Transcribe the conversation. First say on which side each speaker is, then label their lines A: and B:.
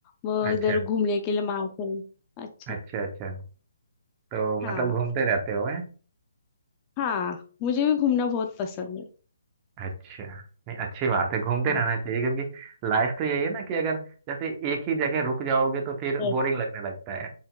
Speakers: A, on the left; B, on the right.
A: वो
B: अच्छा
A: इधर घूमने के लिए मार्केट अच्छा
B: अच्छा अच्छा तो
A: हाँ
B: मतलब घूमते रहते हो हैं
A: हाँ मुझे भी घूमना बहुत पसंद है
B: अच्छा नहीं अच्छी बात है घूमते
A: हाँ
B: रहना चाहिए क्योंकि लाइफ तो यही है ना कि अगर जैसे एक ही जगह रुक जाओगे तो फिर
A: yes,
B: बोरिंग लगने लगता है